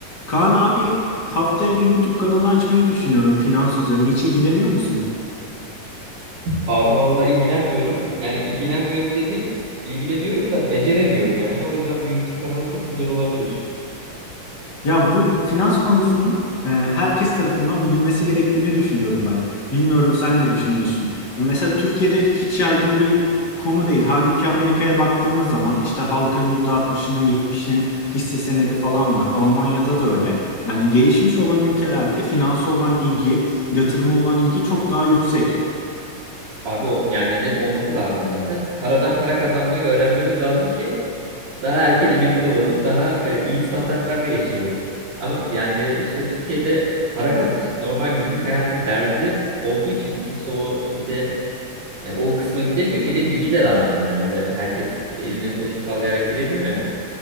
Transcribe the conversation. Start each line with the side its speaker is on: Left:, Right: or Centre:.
Left: Kaan abi haftaya bir YouTube kanalı açmayı düşünüyorum finans üzerine. Hiç ilgileniyor musun?
Right: Abi vallahi ilgilenmiyorum. Yani ilgilenmiyorum dediğim ilgileniyorum da beceremiyorum yani. O yüzden bu YouTube kanalı çok güzel olabilir.
Left: Ya bu finans konusunun e, herkes tarafından bilinmesi gerektiğini düşünüyorum ben. Bilmiyorum sen ne düşünüyorsun? Ya mesela Türkiye'de hiç yaygın bir konu değil. Halbuki Amerika'ya baktığımız zaman işte halkın yüzde altmışının 70'inin hisse senedi falan var. Almanya'da da öyle. Yani gelişmiş olan ülkelerde finansa olan ilgi, yatırıma olan ilgi çok daha yüksek.
Right: Abi o yani net olması lazım zaten. Paradan para kazanmayı öğrenmemiz lazım ki daha erken emekli olalım, daha e, iyi standartlarda yaşayalım. Ama yani işte Türkiye'de para kaz işte normal günlük hayatın derdi olduğu için kimse o bir de yani o kısma gidemiyor. Bir de bilgi de lazım yani öyle herkes elini kolunu sallayarak giremiyor ya.